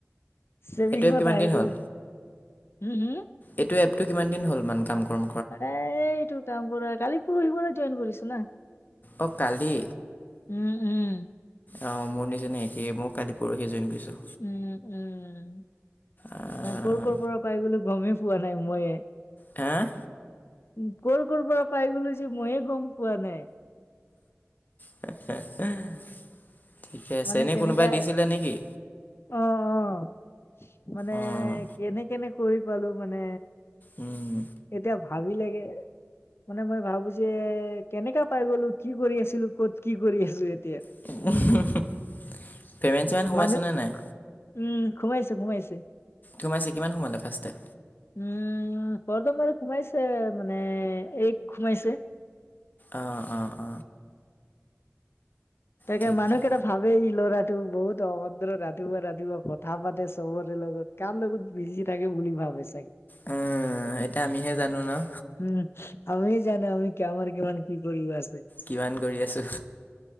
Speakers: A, on the left; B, on the left.
A: চেভিংত
B: এইটো এপ কিমান
A: আহি
B: দিন হ'ল?
A: গ'লো, উম, হুম।
B: এইটো এপটো কিমান দিন হ'ল মান কাম কম
A: এইটো কাম কৰা, কালি পৰহি মানে জইন কৰিছো না।
B: অ', কালি?
A: উম, উম।
B: অ', মোৰ নিচিনা একেই, মই কালি পৰহি জইন কৰিছোঁ।
A: উম, উম।
B: আঁ,
A: ক'ৰ ক'ৰ পৰা পাই গ'লো গ'মেই পোৱা নাই মইয়ে।
B: হা'?
A: উম, ক'ৰ ক'ৰ পৰা পাই গ'লো যে, মইয়ে গ'ম পোৱা নাই।
B: <inaudible> ঠিকে আছে।
A: মানে
B: এনে
A: কেনেকে
B: কোনোবাই দিছিলে নেকি?
A: অ' অ'। মানে
B: অ',
A: কেনে কেনে কৰি পালো মানে।
B: উম।
A: এতিয়া ভাবি লাগে মানে মই ভাবো যে, কেনেকা পাই গ'লো কি কৰি আছিলো ক'ত কি কৰি আছো এতিয়া।
B: <inaudible> পে'মেণ্ট চেমেণ্ট সোমাইছেনে
A: মানুহ,
B: নাই?
A: উম ঘুমাইছো ঘুমাইছো।
B: সোমাইছে কিমান সোমালে ফাৰ্ষ্টে?
A: উম প্ৰথমে সোমাইছে মানে এক সোমাইছে।
B: অ-অ-অ।
A: তাকে
B: ঠিকে।
A: মানুহকেইটা ভাল এই ল'ৰাটো বহুত অভদ্ৰ ৰাতিপুৱা ৰাতিপুৱা কথা পাতে চবৰে লগত। কাৰ লগত বিজি থাকে বুলি ভাবে চাগে।
B: উম এতিয়া আমিহে জানো ন'?
A: উম আমিহে জানো আমি আমাৰ কামৰ কিমান কি কৰিব আছে।
B: কিমান কৰি আছো।